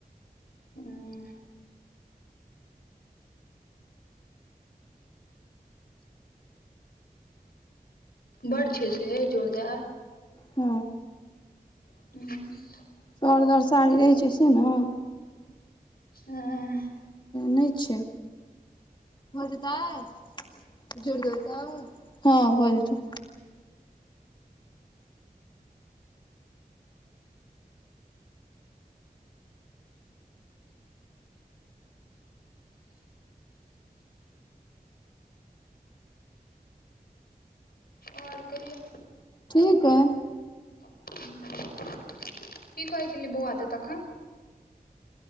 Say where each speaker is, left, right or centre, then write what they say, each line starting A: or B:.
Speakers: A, on the left; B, on the left.
A: ह बड छै से जोरदा
B: ह
A: <unintelligible>
B: सर दर साड़ी रहैत छै से न
A: अ
B: नै छ भऽ जेतैय जोड़ देबय तऽ हाँ भऽ जेत
A: आओर कहियौ
B: तुहि क
A: नह कि कही बौआद त